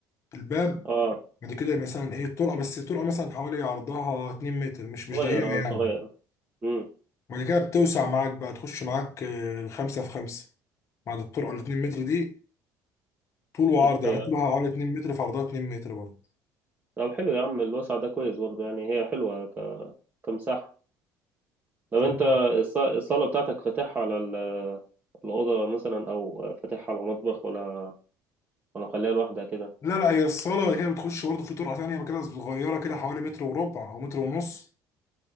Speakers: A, on the left; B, on the right.
A: الباب
B: آه.
A: بعد كده مثلا إيه الطرقة بس الطرقة مثلا حوالي عرضها 2 متر مش مش
B: صغير
A: ضيقة
B: اه صغير
A: يعني
B: امم
A: بعد كده بتوسع معاك بقى تخش معاك آه، خمسة في خمسة بعد الطرقة ال 2 متر دي طول وعرض
B: بت...
A: يعني طولها حوالي 2 متر في عرضها 2 متر برضه
B: طب حلو يا عم الوسع ده كويس برضه يعني هي حلوة ك... كمساحة طب
A: تمام.
B: انت الص- الصالة بتاعتك فاتحها على ال- الأوضة مثلا أو فاتحها على مطبخ ولا ولا مخليها لوحدها كده
A: لا لا هي الصالة بعد كده بتخش برضه في طرقة تانية بقى كده صغيرة كده حوالي متر وربع أو متر ونص